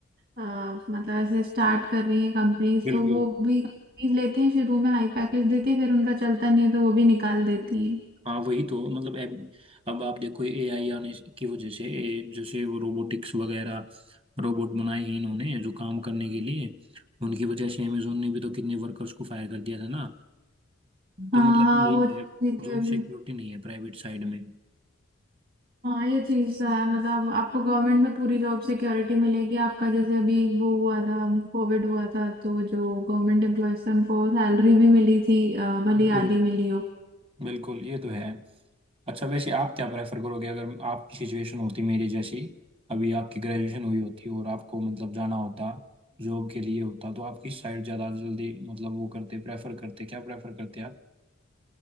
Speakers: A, on the right; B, on the right.
A: अ, मतलब ऐसे स्टार्ट कर रही है कंपनीज
B: बिल्कुल
A: तो वो भी कंपनीज लेती हैं शुरू में हाई पैकेज देती है फिर उनका चलता नहीं है तो वो भी निकाल देती है
B: हाँ वही तो मतलब अब अब आप देखो एआई आने की वजह से ए, जैसे वो रोबोटिक्स वगैरह रोबोट बनाए हैं इन्होंने जो काम करने के लिए उनकी वजह से अमेजोन ने भी तो कितने वर्कर्स को फायर कर दिया था ना तो
A: हाँ
B: मतलब
A: हाँ
B: ये
A: वो चीज़ें
B: जॉब सिक्योरिटी
A: भी
B: नहीं है प्राइवेट साइड में
A: हाँ ये चीज तो है मतलब आपको गवर्नमेंट में पूरी जॉब सिक्योरिटी मिलेगी आपका जैसे अभी वो हुआ था कोविड हुआ था तो जो गवर्नमेंट एम्प्लॉयज थे उनको सैलरी भी मिली थी अ, भले
B: बिल्कुल
A: ही आधी मिली हो
B: बिल्कुल ये तो है अच्छा वैसे आप क्या प्रेफर करोगे अगर आपकी सिचुएशन होती मेरी जैसी अभी आपकी ग्रेजुएशन हुई होती और आपको मतलब जाना होता जॉब के लिए होता तो आप किस साइड ज़्यादा जल्दी मतलब वो करते प्रेफर करते क्या प्रेफर करते आप